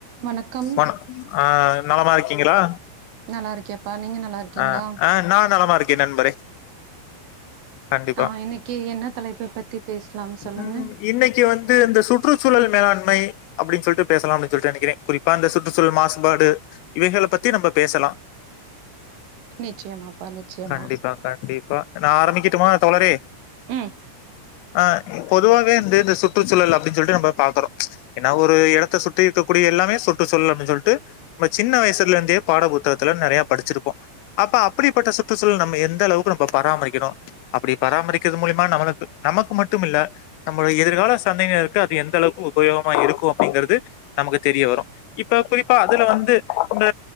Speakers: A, on the right; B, on the left.
A: வணக்கம்
B: வணக் அஹ் நலமா இருக்கீங்களா
A: நல்லா இருக்கேப்பா நீங்க நல்லா இருக்கீங்களா
B: அஹ் ஆஹ் நான் நிலமா இருக் நண்பரே கண்டிப்பா
A: ஆ இன்னைக்கு என்ன தலைப்பு பத்தி பேசலாம் சொல்லுங்க
B: உம் இன்னைக்கு வந்து இந்த சுற் சுற்றுச்சூழல் மேலாண்மை அப்படின்னு சொல்லிட்டு பேசலாம் அப்படின்னு சொல்லிட்டு நினைக்கிறேன் குறிப்பா இந்த சுற்றுச்சூழல் மாசுபாடு இவைக பத்தி நம்ம பேசலாம்
A: நிச்சயமாப்பா நிச்சயமா
B: கண்டிப்பா கண்டிப்பா நான் ஆரம்பிக்க ஆஹ தோழரே
A: ம்
B: ஆஹ் பொதுவாக இந்த இந்த சு சுற்றுச்சூழல் அப்படின்னு சொல்லிட்டு நம்ம பாக்குறோம் ஏன்னா ஒரு இடத்த சுற்றி இருக்கக்கூடிய எல்லாமே சுற்றுச்சூழல் அப்டின் சொல்லிட்டு சின்ன வயசுல இருந்தே பாடபுத்தகத்துல நிறைய படிச்சிருப்போம் அப்ப அப்படிப்பட்ட சுற்றுச்சூழல் நம்ம எந்த அளவுக்கு நம்ம பராமரிக்கணும் அப்படி பராமரிக்கிறது மூலியமா நம்மளுக்கு நமக்கு மட்டும் இல்லலை நம்மடைய எதிர்கால சந்தைினருக்கு அது எந்த அளவுக்கு உபயோகமா இருக்கும் அப்படிங்கிறது நமக்கு தெரிய வரும் இப்ப குறிப்பா அதுல வந்து இந்த